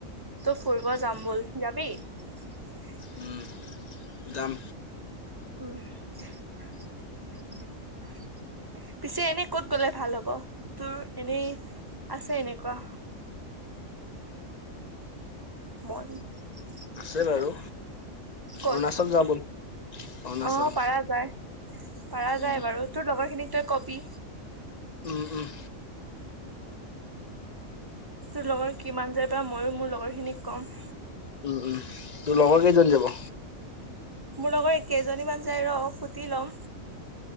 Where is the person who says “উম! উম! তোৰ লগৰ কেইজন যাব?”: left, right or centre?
Left